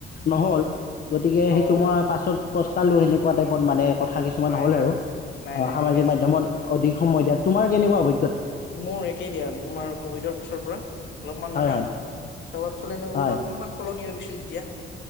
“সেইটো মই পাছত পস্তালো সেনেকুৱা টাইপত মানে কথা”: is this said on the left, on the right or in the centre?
Left